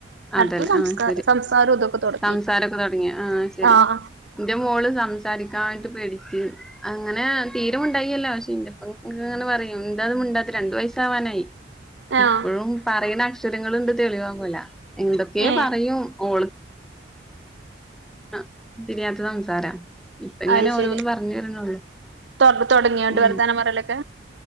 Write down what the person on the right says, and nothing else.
അടുത്ത സംസ്ക
സംസാരം ഇതൊക്കെ തുടക്കി
ആഹ.
ആഹ്
ഏഹ്
അത്
ശരി
തൊട തൊടങ്ങിയോണ്ട്
വർത്താനം പറയലൊക്കെ